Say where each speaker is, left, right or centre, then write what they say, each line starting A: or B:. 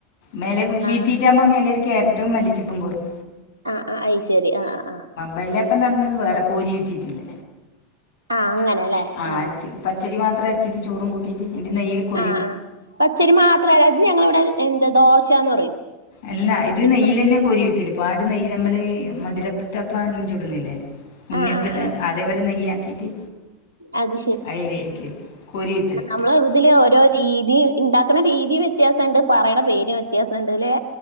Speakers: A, on the left (about 60°); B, on the right (about 75°).
A: മേലെ ബീ
B: ആഹ്
A: തീറ്റാവുബം മേലേല് ക്യാര്റ്റും മല്ലിച്ചെപ്പും പെറും
B: ആഹ് ആഹ് അയി ശരി ആഹ് ആഹ് ആഹ്
A: വെള്ളേപ്പം ന്ന് പറിയ്ന്നത് വേറെ കോരി വെറ്റീട്ടിള്ള
B: ആഹ് അങ്ങനെല്ലേ
A: ആ അങ്ങനെ ആ
B: ആഹ്
A: അര്ച്ച് പച്ചരി മാത്രം അര്ച്ചീട്ട് ചോറും കൂട്ടീറ്റ് എന്നിട്ട് നെയ്യില് ക്കു
B: ആഹ് ആഹ്. പച്ചരി മാത്രല്ല അത് ഞങ്ങളവിടെ എന്താ ദോശാന്ന് പറയും
A: അല്ല
B: പച്ചരി
A: ഇത് നെയ്യിലന്നെ
B: ദോശ
A: കോരി എട്ക്കല്. പാട് നെയ്യലമ്മള് മധുരറ്റപ്പാനെല്ലാം ചുടുന്നില്ലേ ഉണ്ണിപ്പന്
B: ആഹ് ആഹ് ആഹ്
A: അതേപോലെ നെയ്യാക്കീറ്റ്
B: അത്
A: അയ്ലേക്കല് കോരി വിത്തല്
B: നമ്മള ഇതില് ഓരോ രീതീ ഇണ്ടാക്കണ രീതി വ്യത്യാസൊണ്ട് പറയണ പേരും വ്യത്യാസിണ്ട് ല്ലെ